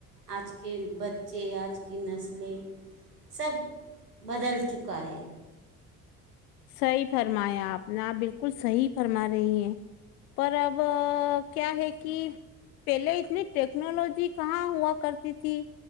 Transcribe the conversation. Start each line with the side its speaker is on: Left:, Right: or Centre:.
Right: آج کے بچے آج کی نسلیں سب بدل چکا ہے
Left: صحی فرمایا آپ نے آپ بالکل صحیح فرما رہی ہیں پر اب کیا ہے کہ پہلے اتنی ٹیکنالوجی کہاں ہوا کرتی تھی